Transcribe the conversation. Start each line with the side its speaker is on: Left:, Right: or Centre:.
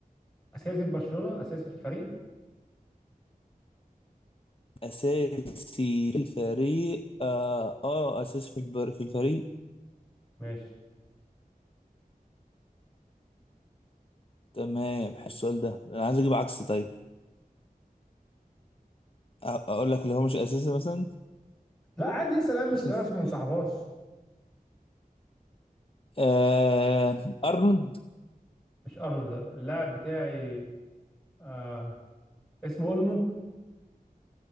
Centre: اساسي في برشلونة اساسي في الفريق
Left: اساسي في الفريق اه, آه اساسي في البر- في الفريق
Centre: ماشي
Left: تمام حلو السؤال ده انا عايز اجيب عكس طيب أ- اقول لك اللي هو مش اساسي مثلا
Centre: لا عادي اسال امس
Left: <laughs>
Centre: عشان ما نصاحبهاش
Left: آه ارنولد
Centre: مش ارنولد لا. اللاعب بتاعي آه. اسمه اولمو